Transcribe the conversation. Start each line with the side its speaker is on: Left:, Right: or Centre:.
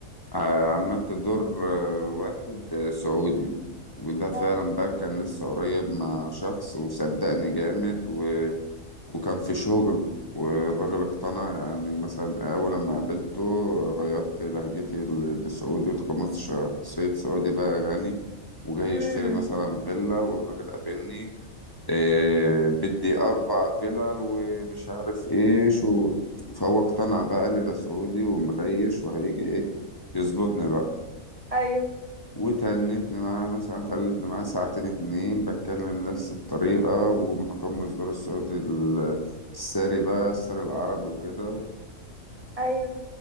Left: ع- عملت دور آه، واحد آه، سعودي وده فعلا
Right: اه
Left: بقى كان لسه قريب مع شخص وصدقني جامد وكان في شغل والراجل اقتنع يعني مثلا أول لما قابلته غيرت لهجتي ل- لسعودي وتقمصت شخصية سعودي بقى غني وجاي
Right: امم
Left: يشتري مثلا فيلا والراجل قابلني إيه بدي أربع فيلل ومش عارف إيه شو فهو اقتنع بقى قال لي ده سعودي ومريش وهيجي إيه يظبطني بقى
Right: ايوه
Left: وتنتني معاه مثلا خلتني معاه ساعتين اتنين بتكلم نفس الطريقة ومتقمص دور الصوت ال- الساري بقى الساري العربي وكده
Right: ايوه